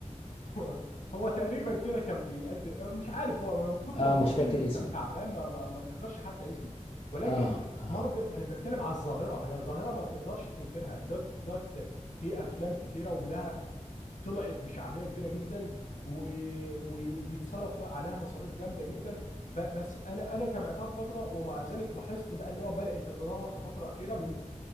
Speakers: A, on the left; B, on the left.
A: <laughs> هو هو تقريبا كده كان بيقدم مش عارف هو من كتر
B: اه
A: ما هو
B: مش فاكر
A: فيلم كان
B: اسمه
A: تعبان ما ما ما افتكرش حتى اسمه ولكن
B: اه اه
A: مارفل انا بتكلم على الظاهره هي ظاهره ما تقدرش تنكرها دوت دوت في افلام كتيره ولها طلعت بشعبيه كبيره جدا و- و- وبيتصرف عليها مصاريف جامده جدا ب- بس انا انا تابعتها في فتره ومع ذلك لاحظت بقى اللي هو بدات تتدهور في فتره اخيره من